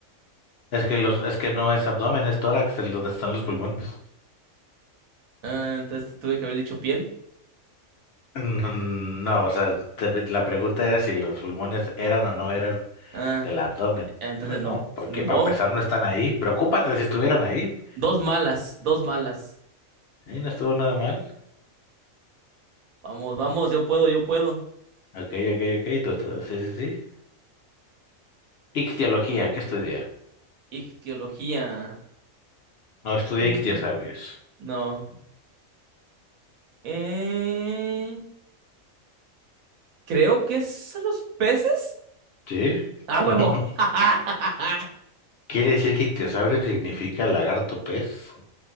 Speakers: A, on the left (about 60°); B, on the right (about 80°).
A: Es que los, es que no es abdomen, es tórax el donde están los pulmones.
B: Ah, entonces tuve que haber dicho piel.
A: No, no, o sea, te- la pregunta era si los pulmones eran o no eran
B: Ah,
A: del abdomen.
B: entonces
A: Pues
B: no,
A: no, porque
B: ni modo.
A: para empezar no están ahí. Preocúpate si estuvieran ahí.
B: Dos malas, dos malas.
A: Sí, no estuvo nada mal.
B: Vamos, vamos, yo puedo, yo puedo.
A: Ok, ok, ok. to- to- Sí, sí, sí. Ictiología, ¿qué estudié?
B: Ictiología.
A: No estudié
B: Eh,
A: ictiosaurios.
B: no. Eh, creo que es a los peces.
A: ¿Sí?
B: ¡Ah, huevo!
A: <laughs>
B: <laughs>
A: ¿Quiere decir que ictiosaurio significa lagarto pez